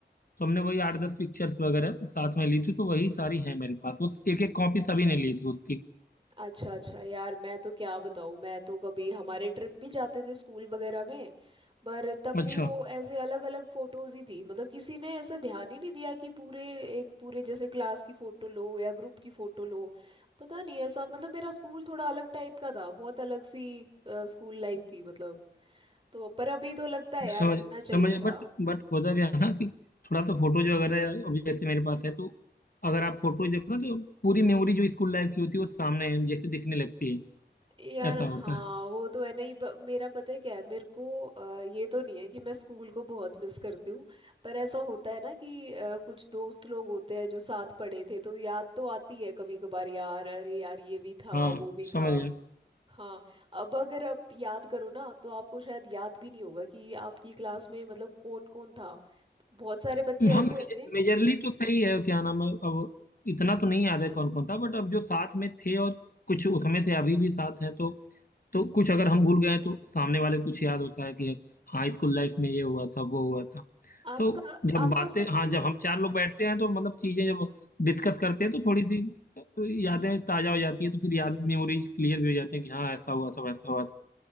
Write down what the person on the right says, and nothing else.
अच्छा अच्छा यार मैं तो क्या बताऊँ मैं तो कभी हमारे ट्रिप भी जाते थे स्कूल वगैरह में पर तब
भी वो ऐसे अलग अलग फोटोज ही थी मतलब किसी ने ऐसा ध्यान ही नहीं दिया कि पूरे एक पूरे जैसे क्लास की फोटो लो या ग्रुप की फोटो लो पता नहीं ऐसा मतलब मेरा स्कूल थोड़ा अलग टाइप का था बहुत अलग सी स्कूल लाइफ थी मतलब तो पर अभी तो लगता है यार
होना चाहिए
था
यार
हाँ
वो तो है नहीं ब, मेरा पता है क्या है मेरे को अ, ये तो नहीं है कि मैं स्कूल को बहुत मिस करती हूँ पर ऐसा होता है ना कि अ, कुछ दोस्त लोग होते हैं जो साथ पढ़े थे तो याद तो आती है कभी कभार यार अरे यार ये भी था
वो भी
था
हाँ अब अगर आप याद करो ना तो आपको शायद याद भी नहीं होगा कि आपकी क्लास में मतलब कौन कौन था बहुत सारे बच्चे
ऐसे होंगे
आपका
आपका
स्कूल